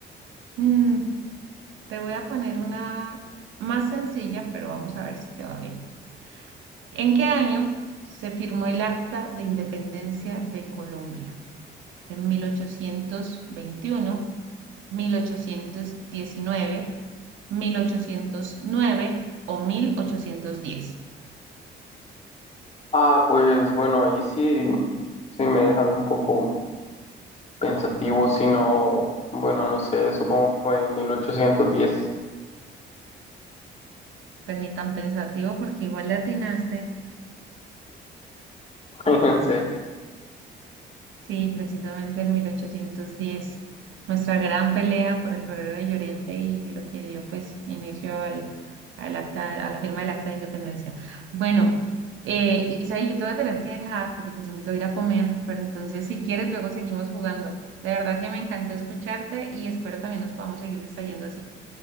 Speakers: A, on the right; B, on the left.
A: Mm, Te voy a poner una más sencilla, pero vamos a ver si te va bien. ¿En qué año se firmó el Acta de Independencia de Colombia? ¿En mil mil ochocientos ochocientos veintiuno, mil ochocientos diecinueve, mil ochocientos nueve o 1810?
B: Ah, pues bueno, ahí sí, sí me dejan un poco pensativo, sino, bueno, no sé, supongo que fue en mil ochocientos diez
A: Pues ni tan pensativo porque igual le atinaste.
B: <laughs> En serio.
A: Sí, precisamente en 1810, nuestra gran pelea por el Rodeo de Llorente y lo que dio pues inicio al, al acta, a la firma del Acta de Independencia. Bueno, eh, Isaí, yo te voy a tener que dejar porque precisamente voy a ir a comer, pero entonces si quieres luego seguimos jugando. De verdad que me encantó escucharte y espero también nos podamos seguir distrayendo así.